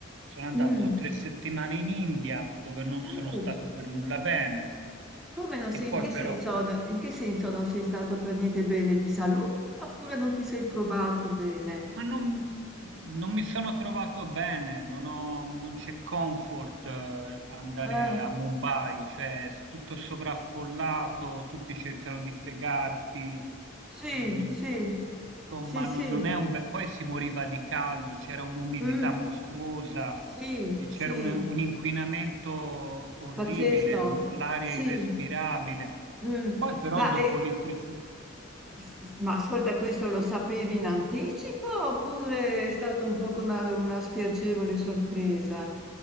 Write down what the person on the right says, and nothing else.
sono andato
tre settimane in India dove non sono
stato per nulla bene.
E
poi
però
Ma non, non mi sono trovato bene, non ho- non c'è comfort eh, andare
a Mumbai, cioè è tutto sovraffollato, tutti cercano di fregarti,
e- i-
insomma
no- non è un bel... Poi si moriva di caldo, c'era un'umidità
mostruosa
e c'era
un, un inquinamento orribile,
un- l'aria
irrespirabile.
Poi però
dopo
l'elettrifi-